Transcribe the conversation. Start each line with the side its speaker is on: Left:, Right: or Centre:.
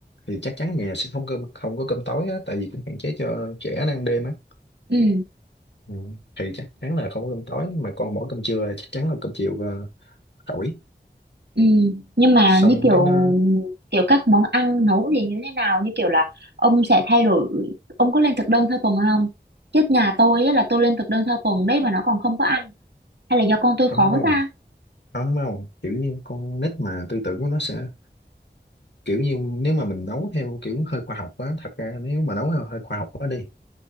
Left: thì chắc chắn nhà sẽ không cơm không có cơm tối á tại vì cũng hạn chế cho trẻ nó ăn đêm á
Right: ừ
Left: ừ. thì chắc chắn là không có cơm tối mà còn mỗi cơm trưa là chắc chắn là cơm chiều ờ, tỏi
Right: Ừ, nhưng mà
Left: xong
Right: như kiểu
Left: cái nó
Right: kiểu các món ăn nấu thì như thế nào như kiểu là ông sẽ thay đổi ông có lên thực đơn theo tuần không chứ nhà tôi á, là tôi lên thực đơn theo tuần đấy mà nó còn không có ăn hay là do con tôi
Left: thấm
Right: khó
Left: nó không
Right: ta
Left: thấm không kiểu như con nít mà tư tưởng của nó sẽ kiểu như nếu mà mình nấu theo kiểu hơi khoa học á thật ra nếu mà nấu theo hơi khoa học quá đi